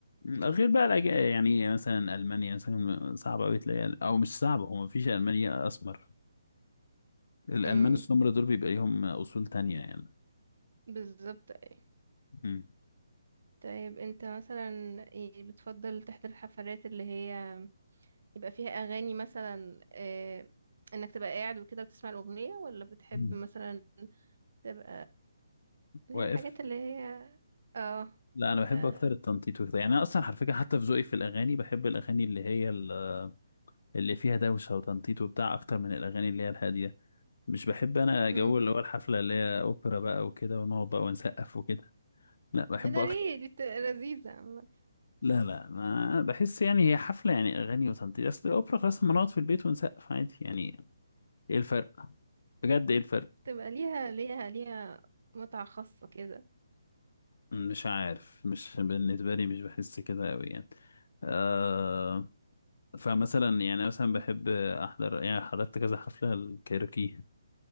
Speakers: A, on the left; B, on the right.
A: غير بقى الأج- يعني مثلا ألمانيا مثلا صعب أوي تلاقي أو مش صعب هو مفيش ألمانيا أسمر الألمان
B: امم
A: السمر دول بيبقى ليهم أصول تانية يعني
B: بالظبط أيوة.
A: مم.
B: طيب انت مثلا ايه بتفضل تحضر الحفلات اللي هي يبقى فيها اغاني مثلا آه، انك تبقى قاعد وكده وتسمع الاغنيه ولا بتحب
A: مم.
B: مثلا تبقى اللي
A: واقف
B: هي الحاجات اللي هي اه
A: لا
B: تبقى
A: أنا بحب أكتر التنطيط وكده يعني أنا أصلا على فكرة حتى في ذوقي في الأغاني بحب الأغاني اللي هي ال- اللي فيها دوشة وتنطيط وبتاع أكتر من الأغاني اللي هي الهادية مش بحب أنا
B: امم
A: جو اللي هو الحفلة اللي هي أوبرا بقى وكده ونقعد بقى ونسقف وكده لا بحب
B: ده
A: أكتر
B: ليه دي بتبقى لذيذه عامه
A: لا لا ما بحس يعني هي حفلة يعني أغاني وتنطيط أصل الأوبرا خلاص ما نقعد في البيت ونسقف عادي يعني إيه الفرق بجد إيه الفرق
B: تبقى ليها ليها ليها متعه خاصه كده
A: مش عارف مش بالنسبة لي مش بحس كده أوي يعني آه فمثلا يعني مثلا
B: مم.
A: بحب أحضر يعني حضرت كذا حفلة الكايروكي